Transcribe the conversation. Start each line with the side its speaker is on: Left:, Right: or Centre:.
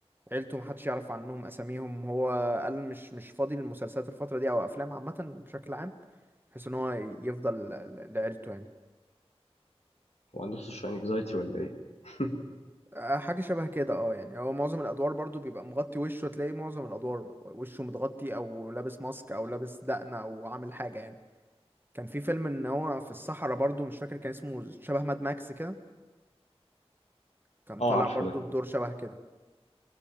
Right: عيلته محدش يعرف عنهم اساميهم هو قال مش مش فاضي للمسلسلات الفترة دي او افلام عامة بشكل عام بحيث ان هو يفضل ل- لعيلته يعني
Left: هو عنده سوشيال انكزايتي ولا ايه <laughs>
Right: آه، حاجة شبه كده اه يعني هو معظم الأدوار برضو بيبقى مغطي وشه تلاقي معظم الأدوار وشه متغطي أو لابس ماسك أو لابس دقنة أو عامل حاجة يعني كان في فيلم ان هو في الصحراء برضو مش فاكر كان اسمه شبه ماد ماكس كده كان
Left: اه
Right: طالع
Left: عارفه
Right: برضو
Left: ده
Right: بدور شبه كده